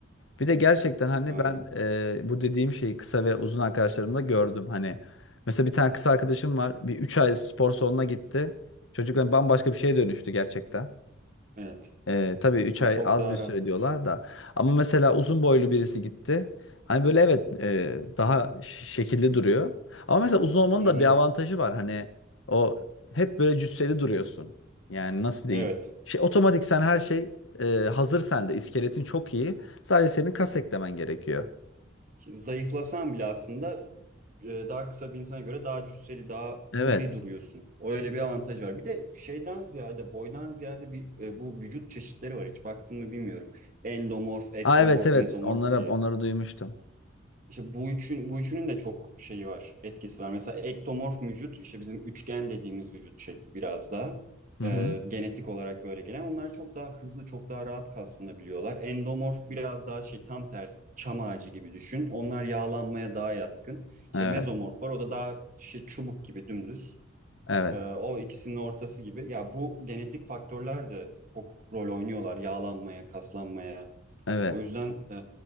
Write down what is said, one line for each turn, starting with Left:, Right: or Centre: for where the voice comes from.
Left: Bir de gerçekten hani
Right: Yani
Left: ben e, bu dediğim şeyi kısa ve uzun arkadaşlarımda gördüm. Hani mesela bir tane kısa arkadaşım var. Bir 3 ay spor salonuna gitti. Çocuk hani bambaşka bir şeye dönüştü gerçekten.
Right: evet.
Left: Ee, tabii 3
Right: O
Left: ay
Right: çok
Left: az
Right: daha
Left: bir süre
Right: rahat.
Left: diyorlar da. Ama mesela uzun boylu birisi gitti. Hani böyle evet e, daha ş- şekilli duruyor. Ama mesela uzun olmanın
Right: Hı
Left: da
Right: hı.
Left: bir avantajı var. Hani o hep böyle cüsseli duruyorsun. Yani nasıl diyeyim?
Right: Evet.
Left: Şey, otomatik sen her şey e, hazır sende. İskeletin çok iyi. Sadece senin kas eklemen gerekiyor.
Right: Şimdi zayıflasan bile aslında e, daha kısa bir insana göre daha cüsseli, daha
Left: Evet.
Right: iri duruyorsun. Öyle bir avantaj var. Bir de şeyden ziyade, boydan ziyade bir e, bu vücut çeşitleri var. Hiç baktın mı bilmiyorum. Endomorf, ektomorf,
Left: Aa evet evet
Right: mezomorf
Left: onlara
Right: diye.
Left: onları duymuştum.
Right: İşte bu üçün, bu üçünün de çok şeyi var, etkisi var. Mesela ektomorf vücut, işte bizim üçgen dediğimiz vücut şekli biraz daha
Left: Hı
Right: e,
Left: hı.
Right: genetik olarak böyle gelen. Onlar çok daha hızlı, çok daha rahat kaslanabiliyorlar. Endomorf biraz daha şey tam tersi, çam ağacı gibi düşün. Onlar yağlanmaya daha yatkın. İşte
Left: Evet.
Right: mezomorf var, o da daha şey çubuk gibi dümdüz.
Left: Evet.
Right: E, o ikisinin ortası gibi. Ya bu genetik faktörler de çok rol oynuyorlar yağlanmaya, kaslanmaya
Left: Evet.
Right: o yüzden e,